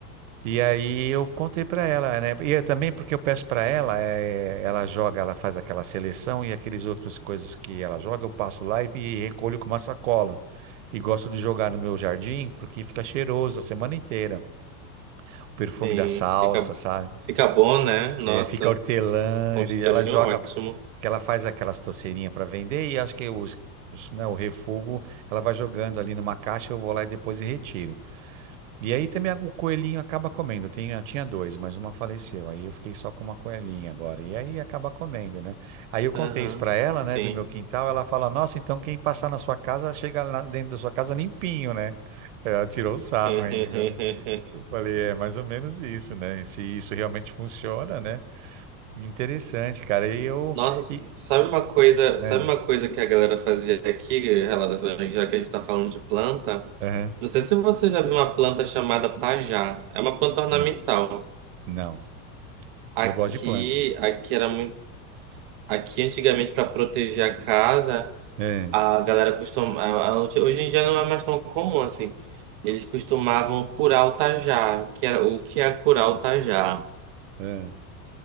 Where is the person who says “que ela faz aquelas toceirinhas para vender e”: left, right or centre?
Right